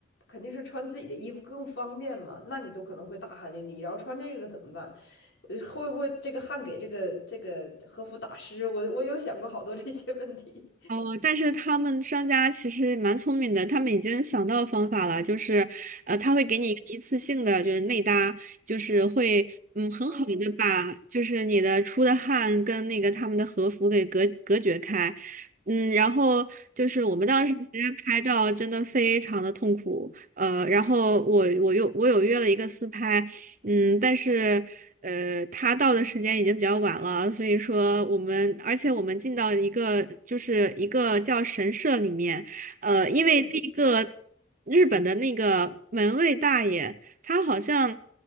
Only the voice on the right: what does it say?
哦，但是他们商家其实蛮聪明的，他们已经想到方法了，就是，呃，他会给你一个一次性的，
就是内搭，就是会，嗯，很好的把就是你的出的汗跟那个他们的和服给隔隔绝开，
嗯，然后就是我们当时其实拍照真的非常的痛苦，呃，然后我我又我有约了一个私拍，嗯，但是呃，他到的时间已经比较晚了，所以说我们，而且我们进到一个就是一个叫神社里面，呃，因为那个
日本的那个门卫大爷，他好像